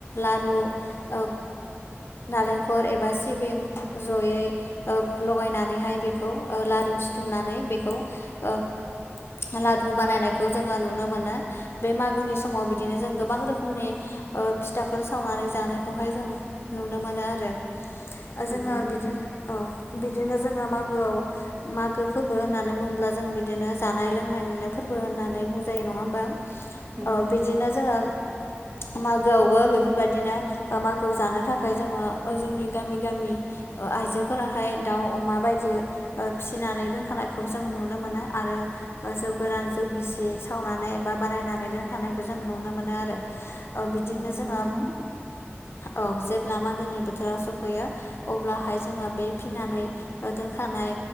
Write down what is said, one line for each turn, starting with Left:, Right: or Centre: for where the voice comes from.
Left: लारु ओ नालेंखल एबा सिबिं जयै ओ लगायनानैहाय बेखौ ओ लारु सि थुमनानै बेखौ ओ लादु बानायनायखौ जोङो नुनो मोनो। बे मागोनि समाव बिदिनो जों गोबां रोखोमनि ओ फिथाफोर सावनानै जानायखौहाय जों नुनो मोनो आरो। ओ
Right: नंगौ
Left: जोङो
Right: नोंथां
Left: बिदिनो औ बिदिनो जोङो मागोआव मागो फोरबो होननानै बुङोब्ला जों बिदिनो जानाय लोंनायनिनो फोरबो होननानै बुंजायो नङा होमबा? बिदिनो
Right: नंगौ
Left: जोङो मागोआवबो बेफोरबायदिनो मागोआव जानो थाखाय जोङो ओ जोंनि गामि गामि ओ आइजोफोराहाय दाउ अमा बायदि ओ फिसिनानै दोन खानायखौ जों नुनो मोनो आरो ओ जौ गोरान जौ गिसि सावनानै बा बानायनानै दोनखानायबो जों नुनो मोनो आरो। ओ बिदिनो
Right: नंगौ
Left: जोङो
Right: नोंथां
Left: औ जेब्ला मागोनि बोथोराव सफैयो अब्लाहाय जोङो बे फिसिनानै दोनखानाय